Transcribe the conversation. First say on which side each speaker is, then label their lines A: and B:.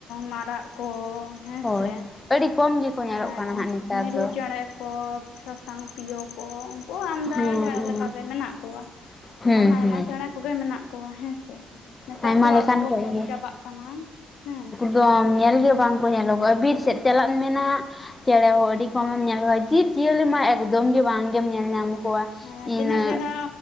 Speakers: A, on the left; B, on the left.
A: ᱢᱟᱨᱟᱜ ᱠᱚ ᱦᱮᱸᱥᱮ᱾
B: ᱦᱳᱭ ᱟᱹᱰᱤ ᱠᱚᱢ ᱜᱮᱠᱚ ᱧᱮᱞᱚᱜ
A: ᱦᱮᱸ
B: ᱠᱟᱱᱟ ᱦᱟᱸᱜ ᱱᱮᱛᱟᱨ
A: ᱢᱤᱨᱩ
B: ᱫᱚ
A: ᱪᱮᱬᱮ ᱠᱚ ᱥᱟᱥᱟᱝ ᱯᱤᱭᱳ ᱠᱚ ᱩᱱᱠᱩ ᱟᱢᱫᱟ
B: ᱦᱩᱸ
A: ᱡᱟ
B: ᱦᱩᱸ
A: ᱞᱮᱠᱟ ᱜᱮ ᱢᱮᱱᱟᱜ ᱠᱚᱣᱟ
B: ᱦᱩᱸ
A: ᱮᱢᱟᱱ ᱟᱭᱢᱟ
B: ᱦᱩᱸ
A: ᱚᱱᱟ ᱠᱚᱜᱮ ᱢᱮᱱᱟᱜ ᱠᱚᱣᱟ ᱦᱮᱸᱥᱮ ᱱᱮᱛᱟᱨ
B: ᱟᱭᱢᱟ
A: ᱫᱚ
B: ᱞᱮᱠᱟᱱ
A: ᱟᱫᱚ ᱠᱚ ᱠᱚᱢ
B: ᱜᱮ
A: ᱪᱟᱵᱟᱜ ᱠᱟᱱᱟ ᱦᱮᱸ
B: ᱮᱠᱫᱚᱢ ᱧᱮᱞ ᱜᱮ ᱵᱟᱝᱠᱚ ᱧᱮᱞᱚᱜᱚᱜᱼᱟ ᱵᱤᱨ ᱥᱮᱫ ᱪᱟᱞᱟᱜ ᱢᱮᱱᱟ ᱪᱮᱬᱮ ᱦᱚᱸ ᱟᱹᱰᱤ ᱠᱚᱢᱮᱢ ᱧᱮᱞ ᱠᱚᱣᱟ ᱡᱤᱵᱽ ᱡᱤᱭᱟᱹᱞᱤ ᱢᱟ ᱮᱠᱫᱚᱢ ᱜᱮ ᱵᱟᱝᱜᱮᱢ ᱧᱮᱞ ᱧᱟᱢ ᱠᱚᱣᱟ᱾
A: ᱦᱮᱸ
B: ᱤᱱᱟᱹ
A: ᱛᱤᱱᱟᱹᱜ ᱪᱮᱨᱦᱟ